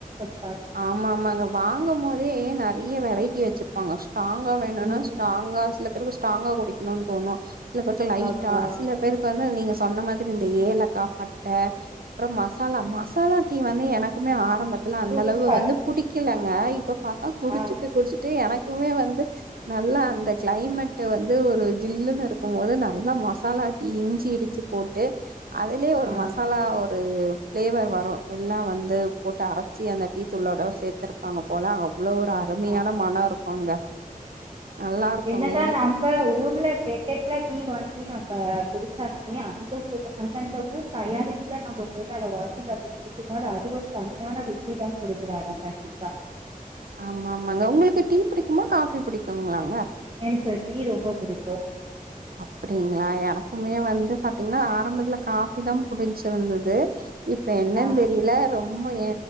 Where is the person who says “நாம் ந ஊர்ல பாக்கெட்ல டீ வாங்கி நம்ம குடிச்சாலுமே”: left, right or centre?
Right